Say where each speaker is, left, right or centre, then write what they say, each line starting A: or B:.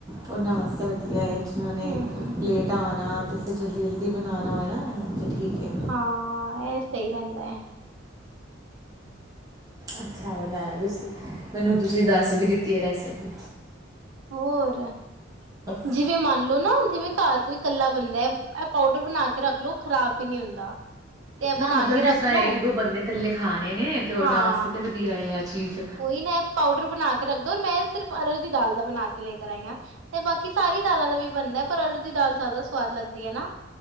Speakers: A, on the right; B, on the right.
A: ਉਹਨਾਂ ਵਾਸਤੇ ਵਧੀਆ ਹੈ, ਜਿਨ੍ਹਾਂ ਨੇ
B: ਹੂੰ।
A: ਲੇਟ ਟਾਣਾ ਅਤੇ ਫਿਰ ਜਲਦੀ ਜਲਦੀ ਬਣਾਉਣਾ ਹੋਏ, ਨਾ ਅਤੇ ਠੀਕ ਹੈ।
B: ਹਾਂ, ਇਹ ਸਹੀ ਰਹਿੰਦਾ।
A: ਅੱਛਾ ਬਣਾਇਆ, ਤੁਸੀਂ ਮੈਨੂੰ ਤੁਸੀਂ ਦੱਸ ਵੀ ਦਿੱਤੀ ਹੈ, ਰੈਸਪੀ
B: ਹੋਰ
A: <unintelligible>
B: ਜਿਵੇਂ ਮੰਨਲਓ ਨਾ ਜਿਵੇਂ ਘਰ ਕੋਈ ਕੱਲਾ ਬੰਦਾ ਇਹ ਪਾਊਡਰ ਬਣਾ ਕੇ ਰੱਖ ਲੋੋ ਖ਼ਰਾਬ ਵੀ ਨਹੀ ਹੁੰਦਾ ਤੇ ਇਹ
A: ਹਾਂ
B: ਬਣਾ
A: ਮਤਲਬ,
B: ਕੇ ਰੱਖ
A: ਜਿਸ ਤਰ੍ਹਾਂ
B: ਲੋ
A: ਇੱਕ ਦੋ ਬੰਦੇ ਇਕੱਲੇ ਖਾਣੇ ਨੇ ਤੇ ਉਹਨਾਂ
B: ਹਾਂ
A: ਵਾਸਤੇ ਤਾਂ ਵਧੀਆ ਹੈ, ਆ ਚੀਜ਼
B: ਉਹੀ ਨਾ ਪਾਊਡਰ ਬਣਾ ਕੇ ਰੱਖਦਾ, ਔਰ ਮੈਂ ਸਿਰਫ਼ ਅਰਅਰ ਦੀ ਦਾਲ ਦਾ ਬਣਾ ਕੇ ਲੈ ਕਰ ਆਈ ਹਾਂ। ਤੇ ਬਾਕੀ ਸਾਰੀ ਦਾਲਾਂ ਦਾ ਵੀ ਬਣਦਾ, ਪਰ ਅਰਅਰ ਦੀ ਦਾਲ ਜ਼ਿਆਦਾ ਸਵਾਦ ਲੱਗਦੀ ਹੈ ਨਾ।